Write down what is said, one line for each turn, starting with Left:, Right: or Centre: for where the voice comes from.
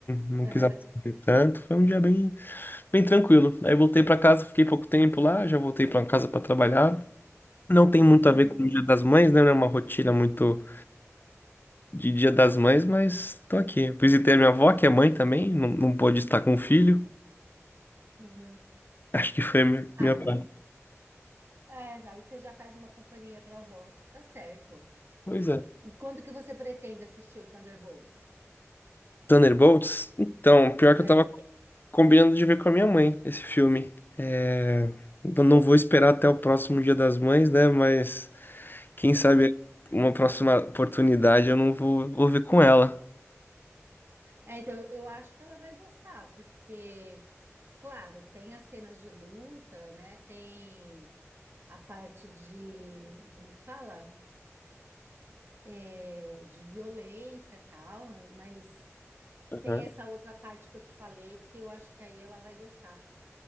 Left: não,
Right: Aham,
Left: quis aparecer tanto. Foi um dia bem, bem tranquilo. Aí voltei pra casa, fiquei pouco tempo lá, já voltei pra casa pra trabalhar. Não tem muito
Right: uhum,
Left: a ver com o Dia das Mães, né? Não é uma rotina muito de Dia das Mães, mas tô aqui. Visitei a minha avó, que é mãe também, não, não pôde estar com o filho.
Right: uhum.
Left: Acho que foi a minha,
Right: Ah,
Left: minha
Right: mas
Left: parte.
Right: é, aí você já faz uma companhia para avó. Tá certo.
Left: Pois é.
Right: E quando que você pretende assistir o Thunderbolts?
Left: Thunderbolts? Então, pior que
Right: É.
Left: eu tava combinando de ver com a minha mãe esse filme. É, eu não vou esperar até o próximo Dia das Mães, né? Mas quem sabe uma próxima oportunidade eu não vou, vou ver com ela.
Right: É, então eu acho que ela vai gostar, porque, claro, tem as cenas de luta, né? Tem a parte de, como é que fala? é, de violência e tal, mas
Left: Aham.
Right: tem essa outra parte que eu te falei que eu acho que aí ela vai gostar.